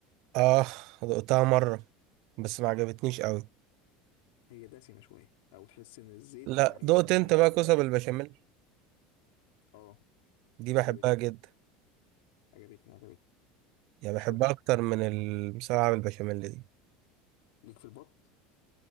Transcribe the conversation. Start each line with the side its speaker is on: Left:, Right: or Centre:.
Right: اه دقتها مرة بس ما عجبتنيش قوي
Left: هي دسمه شويه او تحس ان الزيت
Right: لا
Left: مع ال-
Right: دقت
Left: مع
Right: انت
Left: البشاميل
Right: بقى كوسه بالبشاميل
Left: اه
Right: دي بحبها
Left: عجبتني
Right: جدا
Left: عجبتني عجبتني
Right: يعني
Left: مش
Right: بحبها
Left: وحشه
Right: اكتر من المسقعه بالبشاميل دي
Left: ليك في البط